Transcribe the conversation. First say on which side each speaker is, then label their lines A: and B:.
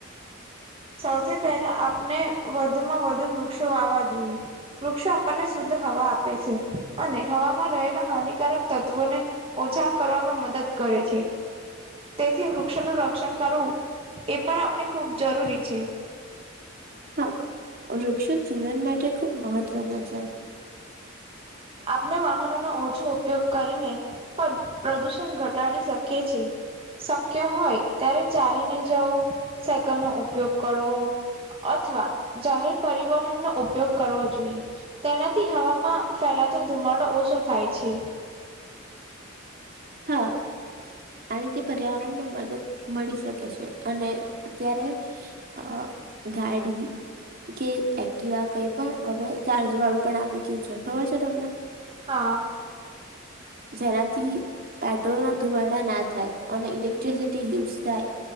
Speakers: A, on the right (about 30°); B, on the right (about 45°).
A: સૌથી પહેલા આપણે વધુમાં વધુ વૃક્ષો વાવા જોઈએ. વૃક્ષો આપણને શુદ્ધ હવા આપે છે અને હવામાં રહેલા હાનિકારક તત્વોને ઓછા કરવામાં મદદ કરે છે. તેથી વૃક્ષોનું રક્ષણ કરવું એ પણ આપણે ખૂબ જરૂરી છે.
B: હા વૃક્ષો જીવન માટે ખુબ મહત્વના છે.
A: આપણે વાહનોનો ઓછો ઉપયોગ કરીને પણ પ્રદુષણ ઘટાડી શકીએ છીએ. શક્ય હોય ત્યારે ચાલીને જવું સાયકલ નો ઉપયોગ કરવો અથવા જાહેર પરિવહન નો ઉપયોગ કરવો જોઈએ. તેનાથી હવામાં ફેલાતો ધુમાડો ઓછો થાય છે.
B: હા આ રીતે પર્યાવરણ ને મદદ મળી શકે છે અને અત્યારે આ ગાડી કે એક્ટિવા કઈ પણ હવે ચાર્જ વાળું પણ આવી ગયું છે ખબર છે તમને
A: હા.
B: જેનાથી પેટ્રોલના ધુમાડા ના થાય અને ઇલેક્ટ્રિસિટી યુઝ થાય